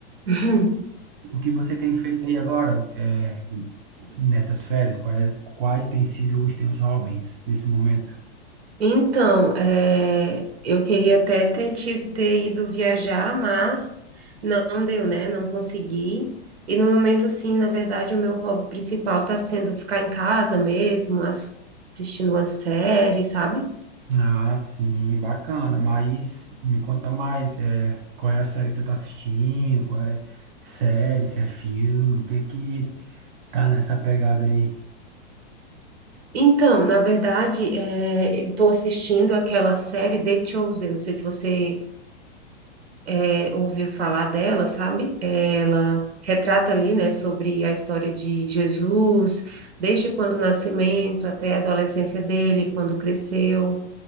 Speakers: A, on the right (about 75°); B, on the right (about 50°).
A: <laughs>
B: O que você tem feito aí agora, é, nessas férias? Quais, quais têm sido os teus hobbies nesse momento?
A: Então, é, eu queria até ter, te- ter ido viajar, mas não deu, né? Não consegui. E no momento, assim, na verdade, o meu hobby principal tá sendo ficar em casa mesmo, ass- assistindo uma série, sabe?
B: Ah, sim, bacana. Mas me conta mais, é, qual é a série que tu tá assistindo? Qual é série, se é filme? O que que tá nessa pegada aí?
A: Então, na verdade, é, eu estou assistindo aquela série The Chosen. Não sei se você é, ouviu falar dela, sabe? É, Ela retrata ali, né, sobre a história de Jesus, desde quando o nascimento até a adolescência dele, quando cresceu.